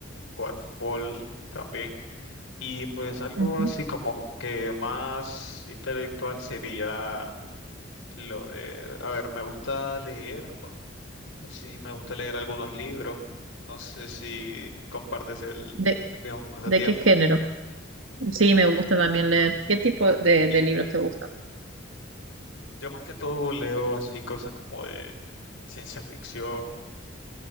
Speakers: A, on the left (about 85°); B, on the right (about 85°).
A: jugar fútbol también. Y pues algo
B: Ujú.
A: así como que más intelectual sería lo de, a ver, me gusta leer, sí, me gusta leer algunos libros, no sé si compartes el,
B: ¿De,
A: el mismo pasatiempo.
B: de qué género? Sí, me gusta
A: Mm,
B: también leer. ¿Qué tipo de,
A: y-
B: de libros te gustan?
A: Yo más que todo leo así cosas como de ciencia ficción,